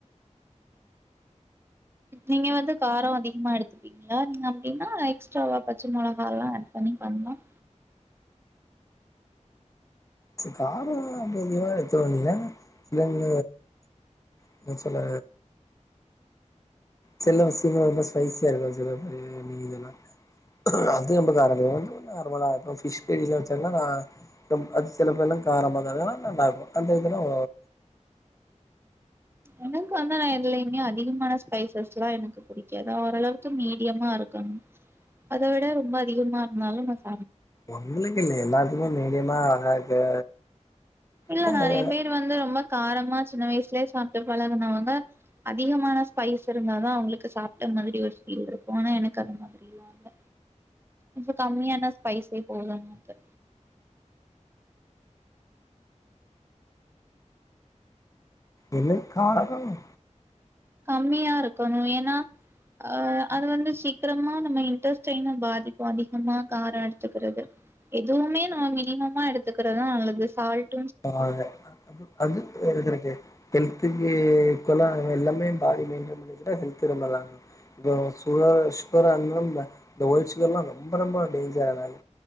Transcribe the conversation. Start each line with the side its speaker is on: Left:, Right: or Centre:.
Right: நீங்க வந்து காரம் அதிகமா எடுத்துப்பீங்களா நீங்க அப்படின்னா எக்ஸ்ட்ராவா பச்ச மிளகாய்லாம் ஆட் பண்ணி பண்ணலாம்
Left: சேரி காரம் அப்படி அதிகமா எடுத்து வங்கள சிலவங்க என்ன சொல்ல சில சில இது ஸ்பைசியா இருக்கும் சில நீ இதெல்லாம் அது ரொம்பக்காரதாம் நார்மலா பிஷ் கரிலாம் வச்சாங்கன்னா நா அது சில பே எல்லாம் காரமா வந்தா நல்லா இருக்கும் அந்த இல்லாம்
Right: எனக்கு வந்து நா எதுலயுமே அதிகமான ஸ்பைசஸ் எல்லாம் எனக்கு பிடிக்காது ஓரளவுக்கு மீடியமா இருக்கணும் அத விட ரொம்ப அதிகமா இருந்தாலும் நான்
Left: உங்களுக்கு இல்ல எல்லாருக்குமே மீடியமா அழக்க
Right: இல்ல
Left: வே
Right: நெறைய பேர் வந்து ரொம்ப காரமா சின்ன வயசுலே சாப்பி பழகுனவங்க அதிகமான ஸ்பைஸ் இருந்தாதா அவங்களுக்கு சாப்பிட்ட மாதிரி ஒரு ஃபீல் இருக்கும் ஆனா எனக்கு அந்த மாதிரி எல்லாம் இல்ல இப்ப கம்மியான ஸ்பைஸே போதும் நமக்கு
Left: என்ன காரமா
Right: கம்மியா இருக்கணும் ஏன்னா அஹ் அது வந்து சீக்கிரமா நம்ம இன்டெஸ்டின் பாதிப்பு அதிகமா காரம் எடுத்துக்கிறது எதுவுமே நம்ம மினிமமா எடுத்துக்கறதா நல்லது சால்ட்
Left: அத அது அது எதுக்கு கெல்த்துக்கு ஈக்குல எல்லாமே பாடி மெய்ன்டன் பண்ணிகிட்டா ஹெல்த் ரொம்ப இருக்கு இப்ப சுகர் சுகர்ந்த ஓய்ட்டு சுகர் எல்லாம் ரொம்ப ரொம்ப டேஞ்சர்